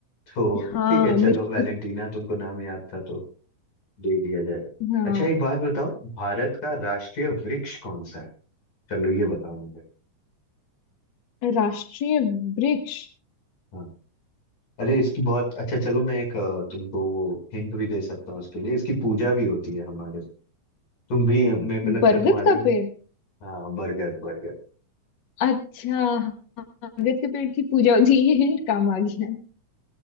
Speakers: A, on the left; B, on the left.
A: तो
B: हाँ
A: ठीक है
B: मेरे
A: चलो वैलेंटीना तुमको नाम याद था तो दे दिया जाएगा
B: हाँ
A: अच्छा एक बात बताओ भारत का राष्ट्रीय वृक्ष कौन सा है चलो ये बताओ मुझे
B: राष्ट्रीय वृक्ष
A: हाँ। अरे इसकी बहुत अच्छा चलो मैं एक अ, तुमको वो हिंट भी दे सकता हूँ इसके लिए इसकी पूजा भी होती है हमारे तुम भी मेरे को लगता
B: बरगद
A: है तुम्हारे
B: का पेड़
A: हाँ बरगद बरगद
B: अच्छा हाँ, बरगद के पेड़ की पूजा होती है ये हिंट काम आ गया